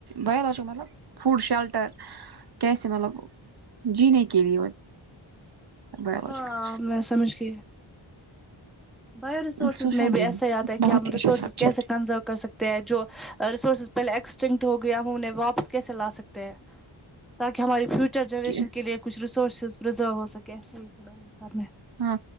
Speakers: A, on the right (about 50°); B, in the centre.
A: بائیولوجیکل مطلب فوڈ شیلٹر کیسے مطلب جینے کے لیے بایولوجیکل
B: ہاں میں سمجھ گئی بائیو ریسورسز
A: سوشالوجی
B: میں بھی ایسا ہی آتا ہے کہ
A: بہت
B: ہم
A: ہی
B: ریسورسز
A: اچھا سبجیکٹ
B: کیسے کنزرو کر سکتے ہیں جو ریسورسز پہلے ایکسٹنکٹ ہو گیا ہم انہیں واپس کیسے لا سکتے ہیں تاکہ ہماری فیوچر جنریشن
A: ہے
B: کے لیے کچھ ریسورسز پرزرو ہو سکے ایسے ہی سر نے
A: ہاں